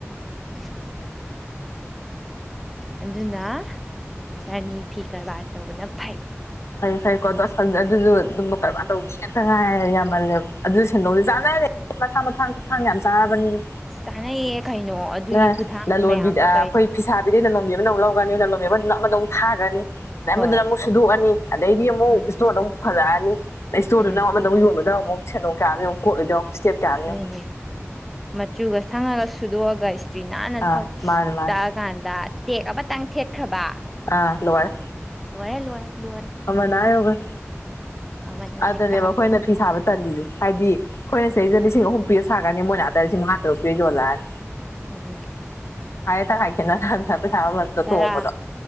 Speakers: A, in the centre; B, on the left.
A: ꯑꯗꯨ ꯑꯗꯨꯅ
B: ꯎꯝ
A: ꯔꯥꯅꯤ ꯐꯤ ꯀꯔꯕꯥ ꯇꯧꯕꯅ ꯐꯩ
B: ꯐꯩ ꯐꯩꯀꯣ ꯑꯣ ꯑꯗꯨꯁꯨ ꯑꯗꯨꯝꯕ ꯀꯔꯝꯕꯥꯔ ꯇꯧꯕꯤ ꯉꯇ ꯉꯥꯏꯔꯦ ꯌꯥꯝꯃꯜꯂꯦꯕ ꯑꯗꯨꯁꯨ ꯁꯦꯟꯗꯣꯡꯁꯨ ꯆꯥꯟꯅꯔꯦ ꯃꯊꯥꯡ ꯃꯊꯥꯡ ꯊꯥꯡ ꯌꯥꯝ ꯆꯥꯔ ꯕꯅꯤꯅ
A: ꯆꯥꯅꯩꯌꯦ ꯀꯩꯅꯣ ꯑꯗꯨꯒꯤ ꯈꯨꯊꯥꯡ
B: ꯂꯂꯣꯟꯕꯤ
A: ꯃꯌꯥꯝꯗꯣ
B: ꯑꯩꯈꯣꯏ
A: ꯀꯩꯅꯣ
B: ꯐꯤꯁꯥꯕꯤꯗꯩ ꯂꯂꯣꯟꯕꯤ ꯑꯃꯅ ꯑꯃꯨꯛ ꯂꯧ ꯅꯤ ꯂꯂꯣꯟ ꯑꯃ ꯑꯗꯨ ꯑꯃꯗ ꯑꯃꯨꯛ ꯊꯥꯒꯅꯤ ꯑꯗꯩ
A: ꯍꯣꯏ
B: ꯑꯃꯗꯨꯅ ꯑꯃꯨꯛ ꯁꯨꯗꯣꯛꯑꯅꯤ ꯑꯗꯩꯗꯤ ꯑꯃꯨꯛ
A: ꯎꯝ
B: ꯏꯁꯇꯣꯔꯗ ꯑꯃꯨ ꯄꯨꯈꯠꯂꯛꯑꯅꯤ ꯑꯗ ꯏꯁꯇꯣꯔꯗꯨꯅ
A: ꯎꯝ
B: ꯑꯃꯗ ꯑꯃꯨꯛ ꯌꯣꯟꯕꯗ ꯑꯃꯨꯛ ꯁꯦꯟꯗꯣꯡ ꯀꯌꯥꯅꯣ ꯌꯦꯡꯉꯨ ꯀꯣꯠꯂꯤꯗꯣ ꯏꯁꯇꯦꯞ ꯀꯌꯥꯅꯣ
A: ꯑꯗꯨꯅꯦ
B: ꯌꯦꯡꯉꯨ
A: ꯃꯆꯨꯒ ꯁꯪꯉꯒ ꯁꯨꯗꯣꯛꯑꯒ ꯁꯇ꯭ꯔꯤ ꯅꯥꯟꯅ
B: ꯑꯥ ꯃꯥꯅꯦ ꯃꯥꯅꯦ
A: ꯇꯛꯑꯀꯥꯟꯗ ꯇꯦꯛ ꯑꯃꯇꯪ ꯊꯦꯠꯈ꯭ꯔꯕ
B: ꯑꯥ ꯂꯣꯏꯔꯦ
A: ꯂꯣꯏꯔꯦ ꯂꯣꯏꯔꯦ ꯂꯣꯏꯔꯦ
B: ꯃꯃꯜ ꯑꯥ ꯌꯧꯒ꯭ꯔꯦ
A: ꯃꯃꯟꯒꯗꯤ
B: ꯑꯗꯨꯗꯅꯦꯕ
A: ꯀꯥꯞꯈ꯭ꯔꯦ
B: ꯑꯩꯈꯣꯏꯅ ꯐꯤ ꯁꯥꯕ ꯇꯜꯂꯤꯁꯦ ꯍꯥꯏꯗꯤ ꯑꯩꯈꯣꯏꯅ ꯁꯤꯗꯩꯗ ꯂꯤꯁꯤꯡ ꯑꯍꯨꯝ ꯄꯤꯔ ꯁꯥꯒꯅꯤ ꯃꯣꯏꯅ ꯑꯗꯥ ꯂꯤꯁꯤꯡ ꯃꯉꯥ ꯇꯔꯨꯛꯇ ꯄꯤ ꯌꯣꯜꯂꯛꯑꯅꯤ
A: <unintelligible>
B: <unintelligible>
A: ꯇꯔꯥ
B: ꯇꯣꯡꯕꯗꯣ